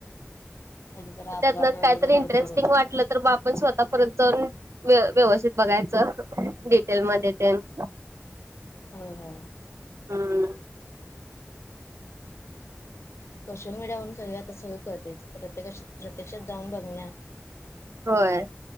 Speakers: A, on the left (about 75°); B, on the right (about 80°).
A: अलीकडे अपघात
B: त्यातन
A: वगैरे
B: कायतरी
A: भरपूर
B: इंटरेस्टिंग
A: होतात
B: वाटलं तर ब आपण स्वतः परत जाऊन <unintelligible> व्य व्यवस्थित बघायचं डिटेल मध्ये तेन.
A: हो हो.
B: हम्म.
A: सोशल मीडियावरून सगळे आता सगळं कळतंय प्रत्येका प्रत्यक्षात जाऊन बघण्यात
B: व्हय.